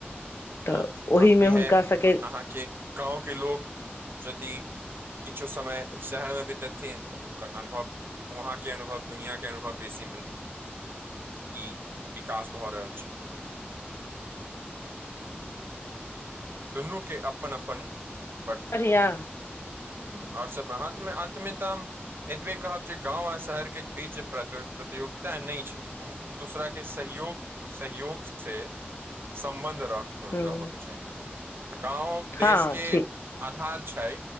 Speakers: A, on the left (about 80°); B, on the right (about 60°).
A: तऽ
B: हाँ
A: ओहिमे
B: आब इएह
A: हुनका सभके
B: अहाँके गाँव के लोक जदि किछु समय शहरमे बितेथिन तऽ हुनकर अनुभव वहाँके अनुभव दुनिया के अनुभव बेसी मिलतै। की विकास भऽ रहल छै। दुनू के अपन अपन ब
A: बढ़िया।
B: हु और सब ब अंत मे अंत मे तऽ हम एतबे कहब जे गाँंव आ शहर के बीच प्रति प्रतियोगिता नहि छै। एक दोसराक के सहयोग सहयोग से सम्बन्ध रख रहबक
A: ह्म
B: चाही। गाँव देश
A: हँ
B: के
A: ठीक
B: आधार छै